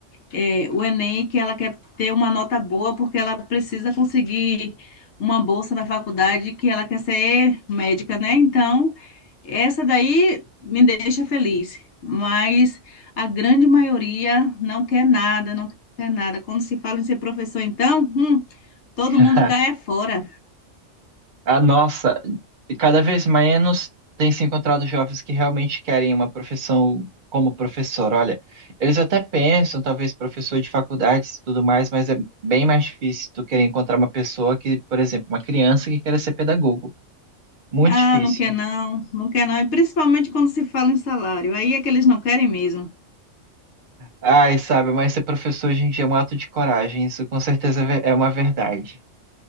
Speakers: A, on the left; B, on the right.
A: eh, o Enem, que ela quer ter uma nota boa, porque ela precisa conseguir uma bolsa na faculdade, que ela quer ser médica, né? Então, Essa daí me deixa feliz, mas a grande maioria não quer nada, não quer nada. Quando se fala em ser professor, então, hum, todo
B: <laughs>
A: mundo cai é fora.
B: Ah, nossa, e cada vez menos tem se encontrado jovens que realmente querem uma profissão como professor. Olha, eles até pensam, talvez professor de faculdades e tudo mais, mas é bem mais difícil tu querer encontrar uma pessoa que, por exemplo, uma criança que queira ser pedagogo. Muito
A: Ah,
B: difícil.
A: não quer não, não quer não. E principalmente quando se fala em salário, aí é que eles não querem mesmo.
B: Ai, sabe, mas ser professor hoje em dia é um ato de coragem. Isso com certeza é ve- é uma verdade.